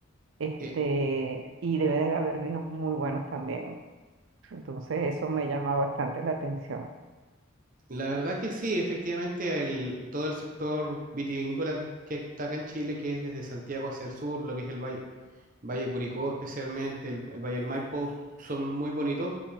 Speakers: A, on the right; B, on the right.
A: Este,
B: Eh,
A: y debe de haber vinos muy buenos también. Entonces eso me llama bastante la atención.
B: la verdad que sí, efectivamente, el, todo el sector vitivinícola que, que está acá en Chile, que es desde Santiago hacia el sur, lo que es el Valle, Valle Curicó especialmente, el, el Valle del Maipo, son muy bonitos.